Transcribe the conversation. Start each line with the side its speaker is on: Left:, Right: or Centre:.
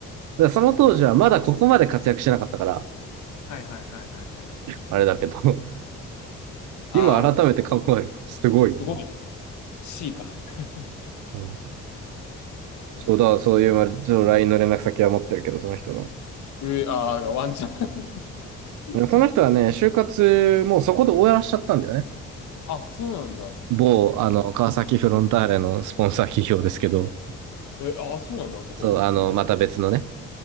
Right: からその当時はまだここまで活躍してなかったから、
Left: はいはいはいはいはい。
Right: あれだけど、<laughs>
Left: ああ、
Right: 今改めて考えるとすごいよな。
Left: すごいね C か。<laughs>
Right: うん、
Left: なるほど。
Right: そうだ、そういう、まあちょっと LINE の連絡先は持ってるけど、その人の。
Left: えー、あがワンちゃん。<laughs>
Right: その人はね、就活もうそこで終わらしちゃったんだよね。
Left: あ、そうなんだ。
Right: 某、あの、川崎フロンターレのスポンサー企業ですけど、
Left: えー、あー、そうなんだ、あそこ。
Right: そう、あの、
Left: うん、
Right: また別のね、